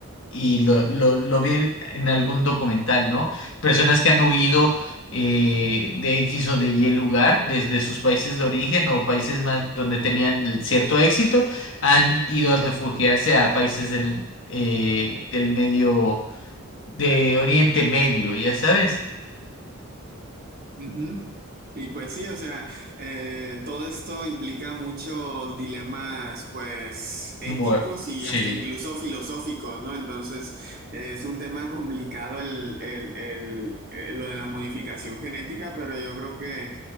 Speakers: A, on the left; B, on the right.
A: y lo, lo, lo vi en algún documental, ¿no? Personas que han huido eh, de X o de Y lugar desde sus países de origen o países más donde tenían el cierto éxito, han ido a refugiarse a países del, eh, del medio, de Oriente Medio, ya sabes.
B: Ujú. Y pues sí, o sea, eh, todo esto implica muchos dilemas, pues, éticos
A: Bueno,
B: y
A: sí.
B: hasta incluso filosóficos, ¿no? Entonces, eh, es un tema complicado el, el- el- eh, lo de la modificación genética, pero yo creo que